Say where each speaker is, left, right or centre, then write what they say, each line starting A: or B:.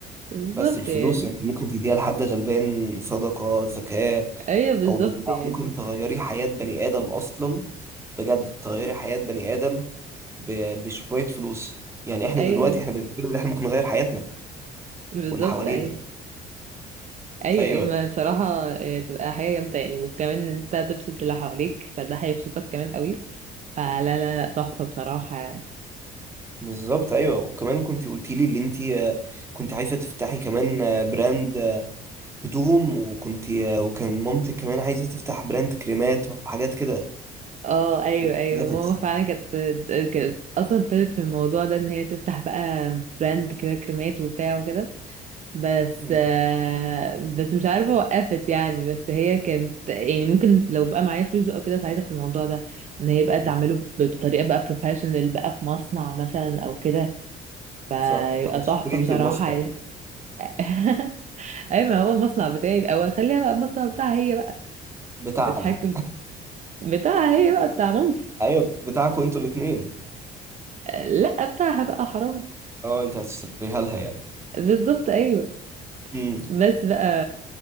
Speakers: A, on the right; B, on the right.
A: بالظبط
B: بس الفلوس
A: يعني
B: انت ممكن تديها لحد غلبان صدقة زكاة
A: ايوه بالظبط
B: او بتاع
A: يعني
B: ممكن تغيري حياة بني ادم اصلا بجد تغيري حياة بني ادم ب- بشوية فلوس يعني احنا
A: ايوه
B: دلوقتي احنا بنتكلم ان احنا ممكن نغير حياتنا
A: بالظبط
B: واللي حوالينا
A: ايوه ايوه
B: ايوه
A: ايوه ما بصراحة إيه، تبقى حاجة جامدة يعني وكمان ان انت تبسط اللي حواليك فده هيبسطك كمان قوي فلا لا لا تحفة بصراحة يعني.
B: بالظبط ايوه وكمان كنت قلتي لي اللي انت آه، كنت عايزة تفتحي كمان آه، براند آه، هدوم وكنت آه، وكان مامتك كمان عايزة تفتح براند كريمات وحاجات كده
A: اه ايوه
B: وكوزماتكس
A: ايوه ماما فعلا كانت كانت اصلا ابتدت في الموضوع ده ان هي تفتح بقى براند كده كريمات وبتاع وكده بس
B: مم.
A: آه، بس مش عارفه وقفت يعني بس هي كانت يعني ممكن لو بقى معايا فلوس او كده ساعتها في الموضوع ده ان هي بقى تعمله
B: مم.
A: ب- بطريقه بقى بروفيشنال بقى في مصنع مثلا او كده فيبقى
B: صح او تشتري
A: تحفه
B: انت
A: بصراحه
B: المصنع
A: يعني. <laughs> ايوه ما هو المصنع بتاعي او خليها بقى المصنع بتاعها هي بقى
B: بتاعنا
A: تتحكم بتاعها هي بقى بتاع مامتي
B: ايوه بتاعكم انتوا الاثنين
A: لا بتاعها بقى حرام
B: اه انت هتشتريها لها يعني
A: بالظبط ايوه
B: امم
A: بس بقى